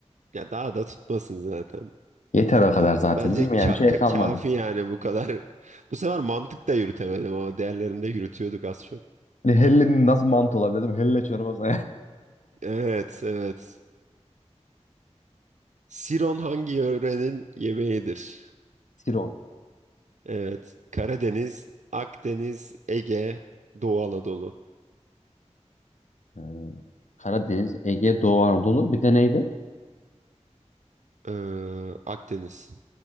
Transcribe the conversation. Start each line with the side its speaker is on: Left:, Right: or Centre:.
Right: Ya daha da tutmasın zaten.
Left: Yeter o kadar zaten
Right: Bence
Left: değil mi?
Right: ka-
Left: Yani bir şey
Right: ka-
Left: kalmadı.
Right: kafi yani bu kadar. <laughs> Bu sefer mantık da yürütemedim ama diğerlerinde yürütüyorduk az çok.
Left: Hani hellenin nasıl mantı olabilir değil mi? Helle çorbası.
Right: Evet, evet. Siron hangi yörenin yemeğidir?
Left: <laughs> Siron.
Right: Evet. Karadeniz, Akdeniz, Ege, Doğu Anadolu.
Left: Ee, Karadeniz, Ege, Doğu Anadolu. Bir de neydi?
Right: Ee, Akdeniz.